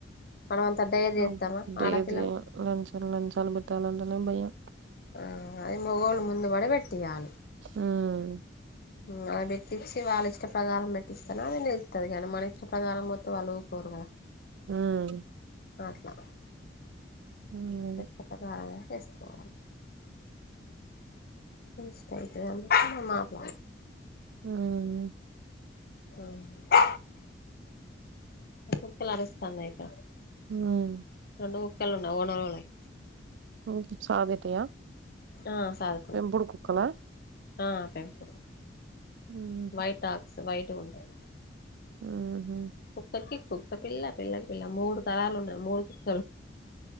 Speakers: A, on the left; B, on the right.
A: మనం అంతా డేర్ చేత్తామా
B: అబ్ డేజే
A: ఆడపిల్లలం
B: లంచాలు లంచాలు పెట్టాలంటనేే భయం
A: ఆ అది మొగోళ్ళు ముందు పడి పెట్టియాలి
B: ఉమ్
A: ఉమ్ అలా పెట్టిచ్చి వాళ్ళ ఇష్ట ప్రకారం పెట్టిస్తేను అది నిలుత్తది కానీ మన ప్రకారం పోత్ వాళ్ళు ఉకోరు కదా
B: ఉమ్
A: అట్లా
B: ఉమ్ అదే
A: ప్రకారంగా చేస్కోవాలి ష్ట్ ఐతే గాని నేన్ మాట్లా
B: ఉమ్
A: ఉమ్ ఆ కుక్కలు అరుస్తాండాయ్ కా
B: ఉమ్
A: రెండు కుక్కలు ఉన్నా ఓనర్ వాల్లవి
B: ఒకే చాగుతయా
A: ఆ సాగ్
B: పెంపుడు కుక్కలా?
A: ఆ పెంపుడు
B: హుహు.
A: వైట్ టాక్స్ వైట్ గా ఉంటాయ్
B: ఊహు
A: కుక్కకి కుక్కపిల్ల పిల్లకి పిల్ల మూడు తరాలు ఉన్నాయి మూడు కుక్